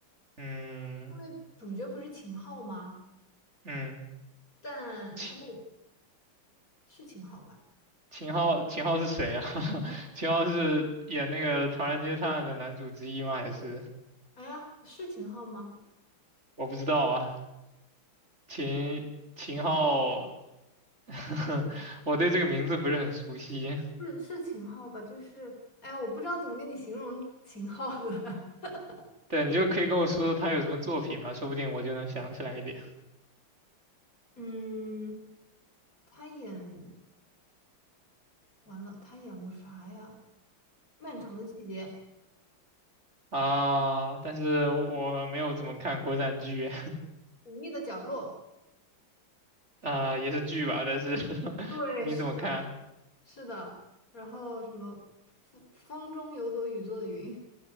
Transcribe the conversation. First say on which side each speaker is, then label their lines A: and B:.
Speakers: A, on the right; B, on the left.
A: 嗯。
B: 因为主角不是秦昊吗？
A: 嗯，
B: 但他
A: 秦
B: 是秦昊吧？
A: 秦昊，秦昊是谁啊？<laughs> 秦昊是演那个《唐人街探案》的男主之一吗？还是
B: 哎呀，是秦昊吗？
A: 我不知道啊？秦秦昊，<laughs> 我对这个名字不是很熟悉。
B: 是是秦昊吧？就是，哎，我不知道怎么跟你形容秦昊了。<laughs>
A: 对，你就可以跟我说说他有什么作品吧，说不定我就能想起来一点
B: 嗯，他演完了，他演过啥呀？《漫长的季节》
A: 啊。但是我没有怎么看国产剧，
B: 《隐秘的角落》。
A: <laughs> 啊，也是剧吧，但是 <laughs>
B: 对，
A: 没怎么看。
B: 是的，是的。然后什么风风中有朵雨做的云？